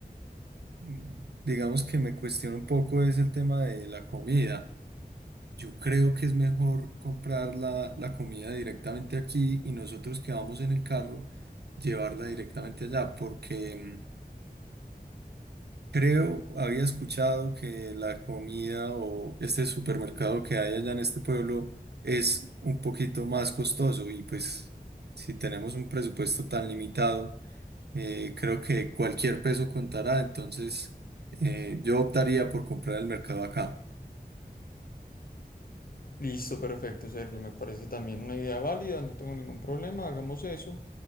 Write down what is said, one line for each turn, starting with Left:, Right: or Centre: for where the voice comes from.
Right: digamos que me cuestiona un poco es el tema de la comida. Yo creo que es mejor comprar la, la comida directamente aquí y nosotros que vamos en el carro llevarla directamente allá, porque mm, creo, había escuchado que la comida o este supermercado que hay allá en este pueblo es un poquito más costoso y pues si tenemos un presupuesto tan limitado, eh, creo que cualquier peso contará, entonces eh, yo optaría por comprar el mercado acá.
Left: Listo, perfecto, Sergio. Me parece también una idea válida, no tengo ningún problema, hagamos eso.